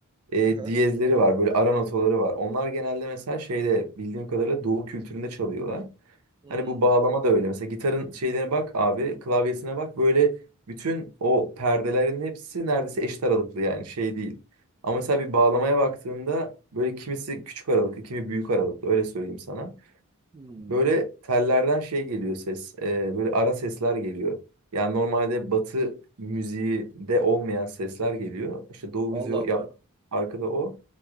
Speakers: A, on the right; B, on the right.
A: e,
B: Aha.
A: diyezleri var böyle ara notaları var. Onlar genelde mesela şeyde bildiğim kadarıyla doğu kültüründe çalıyorlar.
B: Hı.
A: Hani bu bağlama da öyle. Mesela gitarın şeylerine bak abi, klavyesine bak. Böyle bütün o perdelerin hepsi neredeyse eşit aralıklı yani şey değil. Ama mesela bir bağlamaya baktığında böyle kimisi küçük aralıklı, kimi büyük aralıklı öyle söyleyeyim sana.
B: Hı.
A: Böyle tellerden şey geliyor ses, e, böyle ara sesler geliyor. Yani normalde batı müziği de olmayan sesler geliyor. İşte doğu
B: Allah
A: müziği
B: Allah.
A: yap, arkada o.